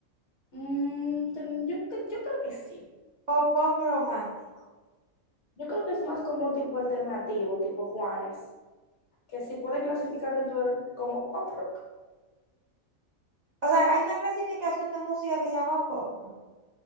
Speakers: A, on the left; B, on the right.
A: Mm, ten- yo, cre- yo creo que sí.
B: o pop romántico.
A: Yo creo que es más como tipo alternativo, tipo Juanes, que sí puede clasificar dentro del, como pop rock.
B: O sea, hay una clasificación de música que se llama pop rock.